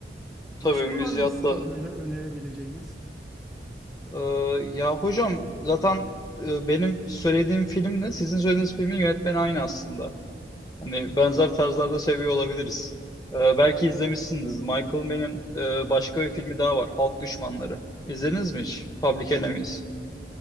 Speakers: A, on the left; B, in the centre.
A: Tabii
B: Başka
A: Müziat'la
B: var mı sizin böyle önerebileceğiniz?
A: e, ya hocam zaten e, benim söylediğim filmle sizin söylediğiniz filmin yönetmeni aynı aslında. Hani benzer tarzlarda seviyor olabiliriz. Ee, belki izlemişsiniz. Michael Mann'in e, başka bir filmi daha var. Halk Düşmanları. İzlediniz mi hiç? Public Enemies.
B: E,